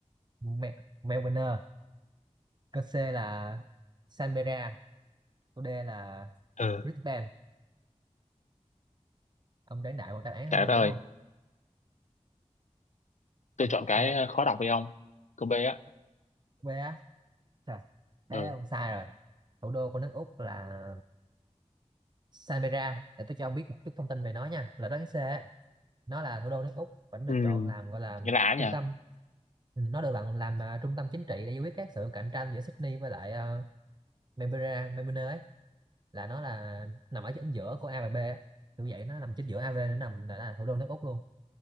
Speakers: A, on the right; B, on the left.
A: Mel- Melbourne câu C là Canberra câu D là
B: Ừ,
A: Brisbane ông đoán đại một đáp án
B: trời
A: thêm
B: đất
A: đúng
B: ơi,
A: không
B: tôi
A: ông
B: chọn cái
A: ông đoán
B: ờ, khó đọc đi ông. Câu B á.
A: B á Trời, thế
B: Ừ.
A: ông sai rồi thủ đô của nước Úc là Canberra để tôi cho ông biết một chút thông tin về nó nha là đó cái C á. nó là thủ đô nước Úc vẫn được
B: Ừm,
A: chọn làm gọi là
B: Nghĩa là á
A: trung
B: nhỉ?
A: tâm Ừ, nó được làm làm à, trung tâm chính trị để giải quyết các sự cạnh tranh giữa Sydney với lại uh, Canberra Melbourne ấy là nó là nằm ở chính giữa của A và B á. kiểu vậy nó nằm chính giữa A và B nó nằm là, là thủ đô nước Úc luôn